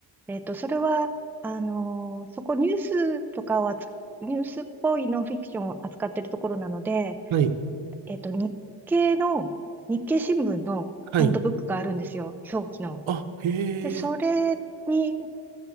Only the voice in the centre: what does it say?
えっと、それは、あの、そこニュースとかを扱ニュースっぽいノンフィクションを扱ってるところなので、
えっと、日経の、日経新聞のハンドブックがあるんですよ。
表記の。
で、それに、